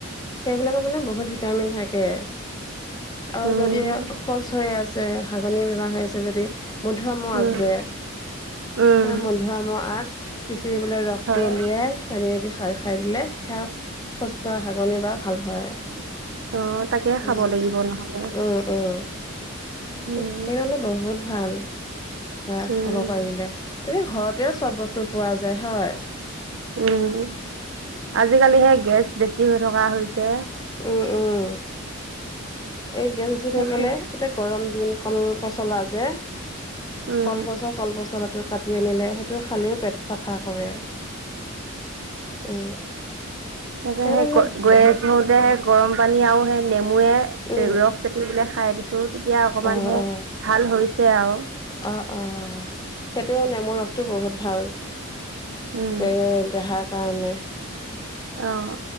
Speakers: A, on the left; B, on the right.
A: সেইবিলাকৰ মানে বহুত ভিটামিন থাকে। আৰু
B: উম
A: যদি শৌচ হৈ আছে, হাগনি বেমাৰ হৈ আছে যদি মধু আমৰ আগ
B: উম
A: যে
B: উম
A: সেই মধু আমৰ আগ পিচি পেলাই ৰসটো
B: হয়
A: উলিয়াই পানী এদী খাই খাই দিলে, সেয়া শৌচ কৰা হাগনি বা ভাল হয়।
B: অ তাকে
A: উম
B: খাব লাগিব নহ'লে
A: উম উম।
B: উম
A: সেইকাৰণে বহুত ভাল। সেয়া
B: উম
A: খাব পাৰিলে, যদি ঘৰতে চব বস্তু পোৱা যায় হয়।
B: উম আজিকালিহে গেছ বেছি হৈ থকা হৈছে।
A: উম, উম, এই গেছ উঠি
B: তাকে
A: থাকিলে এতিয়া গৰম দিন কল পচলা যে
B: উম
A: কলগছৰ কল পচলাটো কাটি আনিলে সেইটো খালেও পেট চাফা কৰে। উম।
B: <unintelligible>
A: সেইকাৰণে
B: হে গৰম
A: বহুত
B: পানী আৰু সেই নেমুয়ে
A: উম
B: ৰস চেপি পিলে খাই দিছোঁ। চো তেতিয়া অকমান
A: অ
B: হে
A: অ
B: ভাল হৈছে আৰু।
A: অ' অ' সেইটো নেমুৰ ৰসটো বহুত ভাল।
B: উম
A: এ দেহাৰ কাৰণে।
B: অ'।